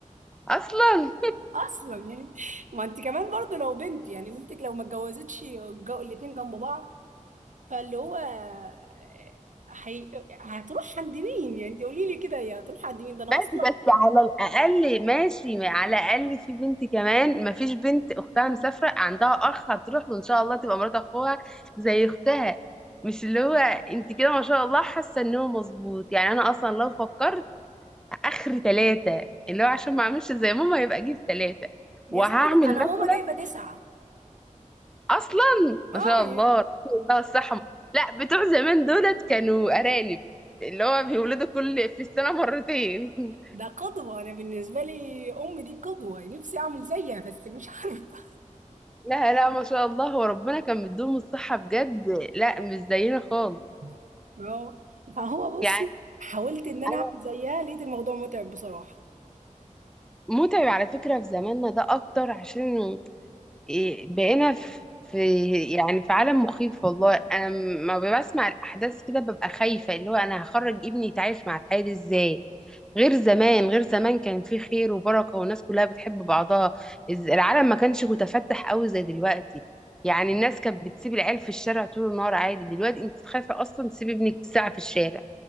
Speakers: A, in the centre; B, on the right (about 70°).
A: اصلا
B: اصلا يعني ما انت كمان برضه لو بنت يعني بنتك لو ما اتجوزتش الجو- الاتنين جنب بعض فاللي هو آه، حي... هتروح عند مين يعني انت قولي لي كده يا هتروح عند مين ده انا
A: بس
B: اصلا
A: بس على الاقل ماشي ما- على الاقل في بنت كمان ما فيش بنت اختها مسافرة عندها اخ هتروح له ان شاء الله تبقى مرات اخوها زي اختها مش اللي هو انت كده ما شاء الله حاسة ان هو مظبوط يعني انا اصلا لو فكرت اخر ثلاثة اللي هو عشان ما اعملش زي ماما يبقى اجيب ثلاثة
B: يا
A: وهعمل
B: ستي ده انا
A: مثلا
B: ماما جايبة تسعة
A: اصلا
B: اه
A: ما شاء الله
B: يعني
A: بقى الصحة لا بتوع زمان دولت كانوا أرانب اللي هو بيولدوا كل في السنة مرتين <laughs>
B: ده قدوة أنا بالنسبة لي أم دي قدوة نفسي أعمل زيها بس مش عارفة
A: لا لا ما شاء الله هو ربنا كان مديهم الصحة بجد لا مش زينا خالص
B: <laughs> فهو فهو بصي
A: يعني
B: حاولت إن أنا
A: أنا
B: أعمل زيها لقيت الموضوع متعب بصراحة
A: متعب على فكرة في زماننا ده أكتر عشان إيه، بقينا في في يعني في عالم مخيف والله أنا ما بسمع الأحداث كده ببقى خايفة اللي هو أنا هخرج ابني يتعايش مع الحياة دي إزاي غير زمان غير زمان كان في خير وبركة والناس كلها بتحب بعضها الز- العالم ما كانش متفتح قوي زي دلوقتي يعني الناس كانت بتسيب العيال في الشارع طول النهار عادي دلوقتي انت تخافي اصلا تسيبي ابنك ساعة في الشارع